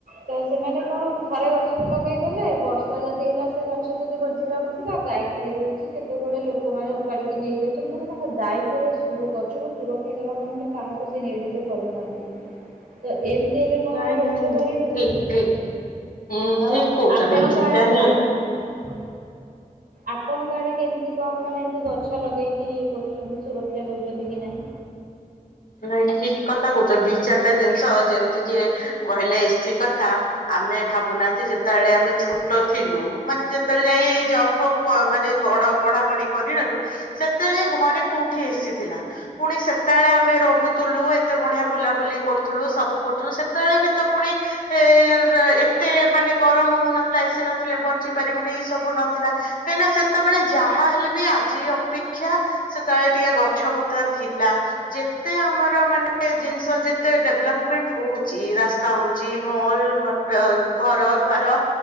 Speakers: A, on the right (about 80°); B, on the left (about 75°).
A: ତ ସେମାନେ କଣ ଥରେ ଗଛ ତ ଲଗେଇଦେଲେ ବର୍ଷା ଯଦି ହେଲା ସେ ଗଛ ଯଦି ବଞ୍ଚ ଞ୍ଚିଲା ବଞ୍ଚିଲା ଗାଈ ଖାଇଦଉଛି, କେତେବେଳେ ଲୋକମାନେ ଉପାଡ଼ିକି ନେଇଯାଉଛନ୍ତି, ମାନେ ତାଙ୍କ ଦାୟିତ୍ୱରେ ସୁରୁ ଗଛରୁ ସୁରକ୍ଷା ଦେବା ପାଇଁବି କାହାକୁ ସେ ନିୟୋଜିତ କରୁନାହାନ୍ତି ତ ଏମ୍ ଏମିତି ହେଲେ କଣ
B: ନାଇଁ
A: ଆଉ ଗଛ
B: ନାଇଁ
A: ବଢିବ
B: ଠିକ
A: କି
B: ଠିକ ହୁଁ
A: ଆଉ
B: ଠିକ
A: ଆ
B: କହୁଛନ୍ତି
A: ଆପଣଙ୍କଡେ
B: ଏଇଟା ହିଁ
A: ଆପ୍ ହଁ ଆପଣଙ୍କଆଡେ କେମିତି କଣ ମାନେ ଏମି଼ତି ଗଛ ଲଗେଇକି କରୁଚନ୍ତି ସୁରକ୍ଷା ଦଉଚନ୍ତି କି ନାହିଁ?
B: ନାଇଁ ଠିକ୍ କଥା କହୁଚନ୍ତି ଦି ଚାରିଟା ଜିନିଷ ଯେମିତି କି କହିଲେ ଏସି କଥା ଆମେ ଭାବୁନାହାନ୍ତି ଯେତେବେଳେ ଆମେ ଛୋଟ ଥିଲୁ ମାନେ ଯେତେବେଳେ ଯାଇ ଜବ୍ ଫବ୍ କ ମାନେ ବଡ ପଢାପଢି କରିବାରୁ ସେତେବେଳେ ଘରେ କୋଉଠି ଏସିଥିଲା ପୁଣି ସେତେବେଳେ ଆମେ ରହୁଥିଲୁ ଏତେ ବଢିଆ ବୁଲାବୁଲି କରୁଥିଲୁ ସବୁ କରୁଥିଲୁ ସେତେବେଳେ ବି ତ ପୁଣି ଏ-ରେ-ଏତେ ମାନେ ଗରମ ହଉନଥିଲା ଏସି ନଥିଲେ ବଞ୍ଚି ପାରିବୁନି ଏଇ ସବୁ ନଥିଲା। କାହିଁକି ନା ସେତେବେଳେ ଯାହା ହେଲେ ବି ଆଜି ଅପେକ୍ଷା ସେତେବେଳେ ଟିକେ ଗଛ ପତ୍ର ଥିଲା ଯେ ଏ ଆମର ମାନେ ଜିନିଷ ଯେତେ ଡେଭଲପମେଣ୍ଟ ହଉଚି ରାସ୍ତା ହଉଚି ମଲ ଘ ତ ଘର ଦ୍ଵାର